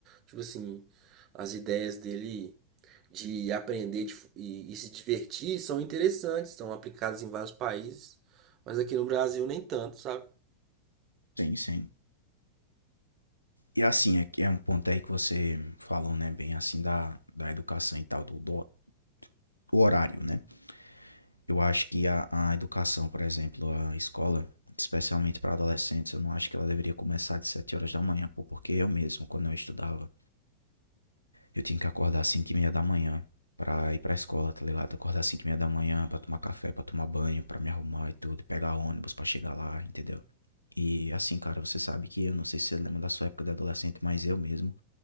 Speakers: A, on the right (about 35°); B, on the left (about 80°).
A: Tipo assim, as ideias dele de aprender de f- e, e se divertir são interessantes, são aplicadas em vários países, mas aqui no Brasil nem tanto, sabe?
B: Sim, sim. E assim, é, que é um ponto aí que você falou, né, bem assim da, da educação e tal, do, do- do horário, né? Eu acho que a, a educação, por exemplo, a escola, especialmente para adolescentes, eu não acho que ela deveria começar de 7 horas da manhã, pô, porque eu mesmo, quando eu estudava, eu tinha que acordar às 5 e meia da manhã pra ir pra escola, tá ligado? Acordar às 5 e meia da manhã pra tomar café, pra tomar banho, pra me arrumar e tudo, pegar ônibus pra chegar lá, entendeu? E assim, cara, você sabe que eu não sei se você lembra da sua época de adolescente, mas eu mesmo.